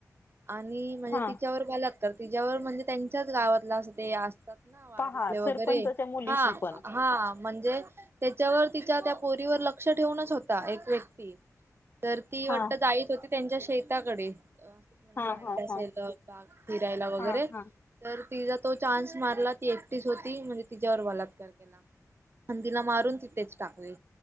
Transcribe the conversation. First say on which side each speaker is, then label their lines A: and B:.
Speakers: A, on the right (about 40°); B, on the left (about 35°).
A: आणि म्हणजे
B: हा
A: तिच्यावर बलात्कार तिच्यावर म्हणजे त्यांच्याच गावातलं असं ते असतात ना वाडीतले
B: पहा
A: वगैरे
B: सरपंचाच्या मुलीशी
A: हा
B: पण
A: हा म्हणजे त्याच्यावर तिच्या त्या पोरीवर लक्ष ठेवूनच होता एक व्यक्ती तर ती वाटत
B: हा
A: जायत होती त्यांच्या शेताकडे म्हणजे
B: हा
A: जाईत
B: हा
A: असेल.
B: हा
A: बाग फिरायला वगैरे
B: हा हा
A: तर तिचा तो चान्स मारला ती एकटीस होती म्हणजे तिच्यावर बलात्कार केला. आणि तिला मारून तिथेच टाकले